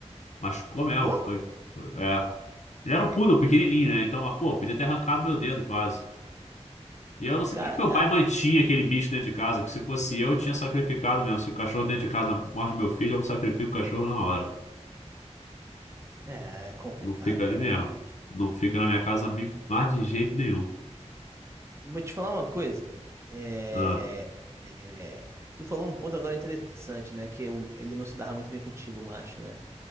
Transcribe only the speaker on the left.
Machucou mesmo.
Foi, foi- é. Ele era um poodle pequenininho, né? Então, mas, pô, podia ter arrancado meu dedo quase. E eu não sei
por que que meu pai mantinha aquele bicho dentro de casa, que se fosse eu, eu tinha sacrificado mesmo. Se o cachorro dentro de casa morde meu filho, eu sacrifico o cachorro na hora.
Não fica ali
mesmo. Não fica na minha casa mi- mais de jeito nenhum.
Ah,